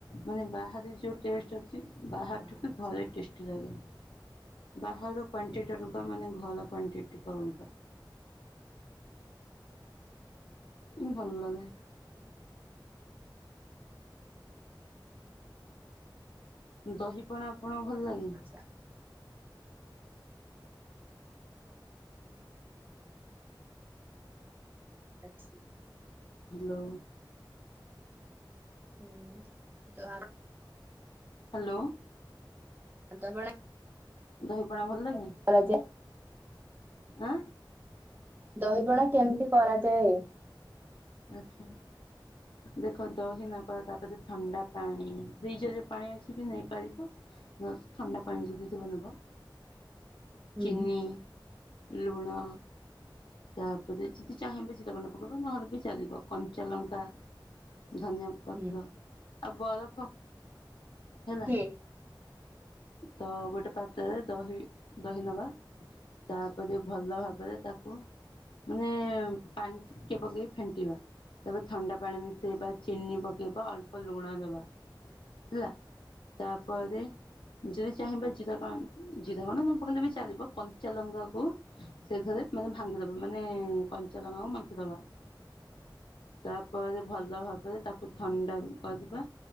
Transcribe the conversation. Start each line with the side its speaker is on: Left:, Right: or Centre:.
Left: ମାନେ ବାହାରେ ଯୋଉ ଟେଷ୍ଟ୍ ବାହାର
Right: ଆ-
Left: ଠୁ ବି ଘରେ ଟେଷ୍ଟ୍ ଟେଷ୍ଟି ଲାଗେ ବାହାର କ୍ୱଣ୍ଟିଟି ଅନୁପପ୍ ମାନେ ଘର କ୍ୱଣ୍ଟିଟିି ଅଲଗା। ଉଁ ଭଲଲାଗେ। ଦହିପଣା ଆପଣଙ୍କୁ ଭଲ ଲାଗେ?
Right: ଆଛା <unintelligible> ଆଚ୍ଛା।
Left: ହାଲୋ।
Right: <inaudible>
Left: ହାଲୋ।
Right: <unintelligible>
Left: ଦହି ପଣା ଭଲ ଲାଗେ?
Right: ଜା <unintelligible>
Left: ଆଁ
Right: ଦହିିପଣା କେମିତି କରାଯାଏ?
Left: ଆଚ୍ଛା। ଦେଖ ଦହି ନବା ତାପରେ ଥଣ୍ଡା ପାଣି ଦିଜ ଯ ପାଣି ଅଛି ବି ନେଇପାରିବ। ଥଣ୍ଡା ପାଣି ଯଦି ଥିବ ନବ
Right: ହୁଁ
Left: ଚିିନ, ଲୁଣ ତାପରେ ଯଦି ଚାହିଁବେ ଜିରା ଗୁଣ୍ଡ ପକେଇବ ନହେଲେ ବି ଚଲିବ କଞ୍ଚା ଲଙ୍କା ଧନିଆ ପତ୍ର
Right: ହୁଁ
Left: ଆଉ ବରଫ ହେଲା।
Right: ହୁଁ।
Left: ତ ଗୋଟେ ପାତ୍ରରେ ଦହି ଦହି ନବା ତାପରେ ଭଲ ଭାବରେ ତାକୁ ମାନେ ପାଣି ଟିକେ ପକେଇ ଫେଣ୍ଟିବା ତାପରେ ଥଣ୍ଡା ପାଣି ମିଶାଇବା ଚିନି ପକ ବା ଅଳ୍ପ ଲୁଣ ଦବା ହେଲା ତାପରେ ଯଦି ଚାହିଁବା ଜିରା କ ଜିରା କଣ୍ଡ ନ ପକେଇଲେ ବି ଚାଲିବ କଞ୍ଚା ଲଙ୍କାକୁ ସେ ଘରେ ମାନେ ଭାଙ୍ଗିଦବା ମାନେ କଞ୍ଚା ଲଙ୍ଗା କୁ ମାଖିଦବା। ତାପରେ ଭଲ ଭାବରେ ତାକୁ ଥଣ୍ଡା କରିବା